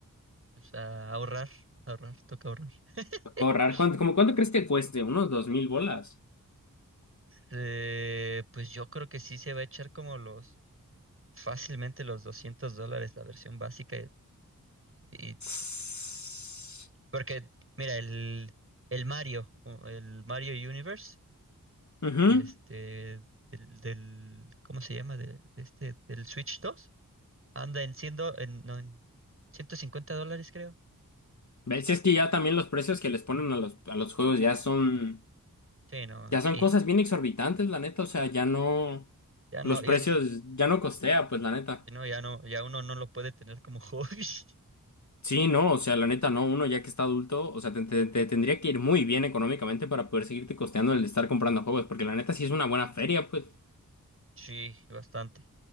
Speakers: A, on the right; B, on the left.
A: pues a ahorrar, ahorrar, toca ahorrar. <laughs>
B: Correr, ¿cuánto, como cuánto crees que cueste? ¿Unos dos mil bolas?
A: Eh, pues yo creo que sí se va a echar como los, fácilmente los 200 dólares la versión básica y, y
B: Tss.
A: Porque, mira, el, el Mario, o el Mario Universe,
B: Ujú.
A: este, del, del- ¿cómo se llama? De, de este, del Switch dos anda en, siendo, en, no, en 150 dólares, creo.
B: ¿Ves? Si es que ya también los precios que les ponen a los, a los juegos ya son...
A: Sí, no,
B: Ya son
A: y
B: cosas bien exorbitantes, la neta, o sea, ya no,
A: ya no,
B: los
A: ya,
B: precios
A: n-
B: ya no costea, pues la neta.
A: no, ya no, ya uno no lo puede tener como hobby. <laughs>
B: Sí, no, o sea, la neta no, uno ya que está adulto, o sea, te, te- te tendría que ir muy bien económicamente para poder seguirte costeando el estar comprando juegos, porque la neta sí es una buena feria, pues.
A: Sí, bastante.